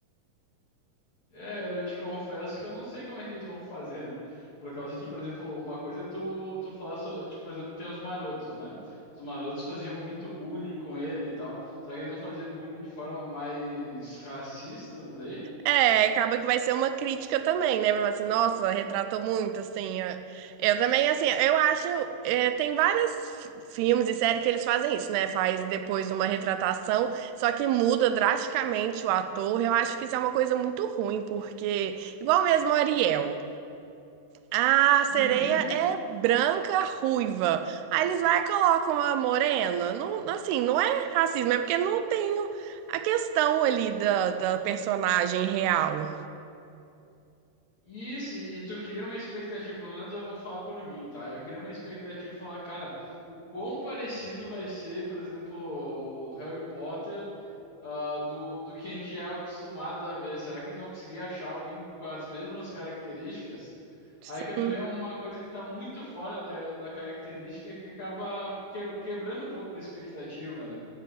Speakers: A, on the left; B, on the right.
A: É, eu te confesso que eu não sei como é que eles vão fazer, né? Por causa que, por exemplo, uma coisa é tu, tu falar, so- tipo, por exemplo, tem os marotos, né? Os marotos faziam muito bullying com ele e tal. Só que eles vão fazer bullying de forma mais racista daí?
B: É, acaba que vai ser uma crítica também, né? Vai falar assim, nossa, retratou muito, assim. é. Eu também, assim, eu acho. é, tem vários f- filmes e séries que eles fazem isso, né? Faz depois uma retratação, só que muda drasticamente o ator. Eu acho que isso é uma coisa muito ruim, porque. Igual mesmo o Ariel. A sereia
A: Uhum.
B: é branca, ruiva. Aí eles vai e colocam uma morena. Não, assim, não é racismo, é porque não tem a questão ali da, da personagem real.
A: E, se, e tu cria uma expectativa, pelo menos eu vou falar por mim, tá? Eu queria uma expectativa e falar, cara, o quão parecido vai ser, por exemplo, o Harry Potter. ah, do, do que a gente é acostumado a ver. Será que eles vão conseguir achar alguém com as mesmas características?
B: Sim.
A: Aí quando vê uma coisa que está muito fora da, da característica que acaba que- quebrando um pouco da expectativa, né?